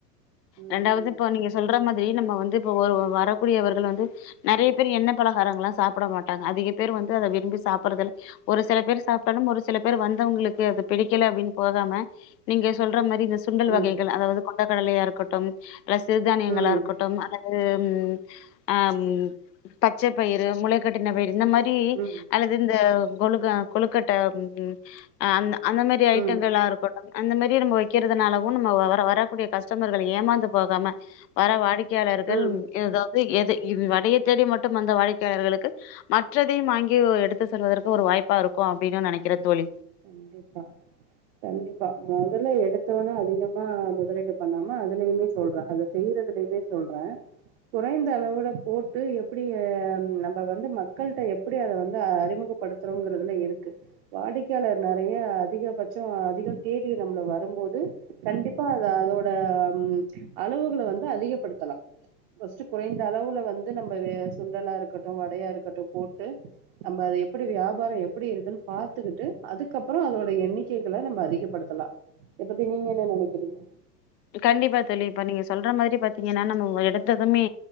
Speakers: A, on the right (about 40°); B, on the left (about 75°).
A: ம்
B: ரெண்டாவது
A: ம்
B: இப்ப நீங்க சொல்ற மாத் ரி நம்ம வந்து இப்போ வ வரக்கூடியவர்கள் வந்து நெறைய பேர் எண்ணெ பலகாரங்கள்லா சாப்புட மாட்டாங்க அதிக பேர் வந்து அத விரும்பி சாப்பட்றதில்ல ஒரு சில பேர் சாப் பல்ல ஒரு சில பேரு வந்தவங்களுக்கு அது பிடிக்கல அப்டின்னு போகாம நீங்க சொல்ற மாரி இந்த சுண்டல்
A: ம்
B: வகைகள் அதாவது கொண் ட கடலையா இருக்கட்டும் ர சிறுதானியங்களா
A: ம்
B: இருக்கட்டும் அத ஆ ம் ஆம் பச்ச பயிரு முளைக்கட்டின பயிரு இந்த மா ரி
A: ம்
B: அல்லது இந்த கொழுக்கா கொழுக்கட் ட ம் ம் அந்த அந்த மாரி ஐட்டங்கள்லா
A: ம்
B: இருக்கட்டு அந்த மாரி நம்ம விக்கிறதுனாலவு நம்ம வர வரக்கூடிய கஸ்டமர்கள் ஏமாந்து போகாம வர வாடிக்கையாளர்கள்
A: ம்
B: எதாவது எது இது வடயத் தேடி மட்டு வந்த வாடிக்கையாளர்களுக்கு மற்றதையு வாங்கி எடுத்து செல்வதற்கு ஒரு வாய்ப்பா இருக்கு அப் அப்டின்னு நெனைக்கிற தோழி
A: கண்டிப்பா கண்டிப்பா மொதல்ல எடுத்தோன அதிகமா மொதலீடு பண்ணாம அதுலயுமே சொல்ற அத செய்றதுலயுமே சொல்ற கொறைந்த அளவோட போட்டு எப்டி ஏ நம்ப வந்து மக்கள்ட்ட எப்டி அத வந்து அறிமுகப்படுத்துறோங்கறதுல இருக்கு வாடிக் கையாளர் நறைய அதிகபட்சோ அதிக தேடி நம்புள வரும்போது கண்டிப்பா அத அதோட ம் அளவுகள வந்து அதிகப்படுத்தலா ஃபஸ்ட்டு குறைந்த அளவுல வந்து நம்ம வே சுண்டலாருக்கட்டு வடையாருக்கட்டு போட்டு நம்ப அது எப்பிடி வியாபாரோ எப்பிடி இருக்குன்னு பாத்துக்கிட்டு அதுக்கப்பறோ அதோட எண்ணிக்கைகள நம்ப அதிகப்படுத்தலா இதப்பத்தி நீங்க என்ன நெனைக்கிறீங்க
B: கண்டிப்பா தோழி இப்ப நீங்க சொல்ற மாரி பாத்தீங்கன்னா நம்ம எடுத்ததுமே